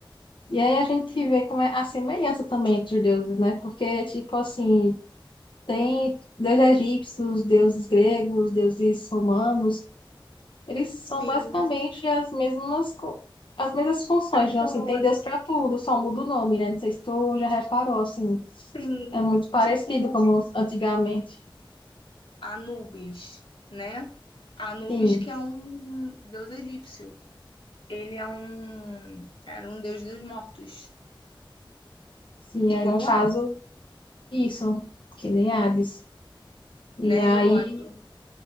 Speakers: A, on the left; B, on the left.
A: E aí a gente vê como é a semelhança também entre os deuses, né? Porque, tipo assim, tem deuses egípcios, deuses gregos, deuses romanos, Eles são
B: Sim,
A: basicamente as mesmas, co- as mesmas funções,
B: pessoas.
A: digamos assim, tem Deus para tudo, só muda o nome, né? Não sei se tu já reparou, assim,
B: Sim,
A: é muito parecido
B: tipo
A: como antigamente.
B: Anubis, né? Anubis
A: Sim,
B: que é um deus egípcio. Ele é um era um deus dos mortos,
A: sim,
B: igual
A: aí no caso,
B: Hades,
A: isso, que nem Hades. E
B: né?
A: aí,
B: Eu gosto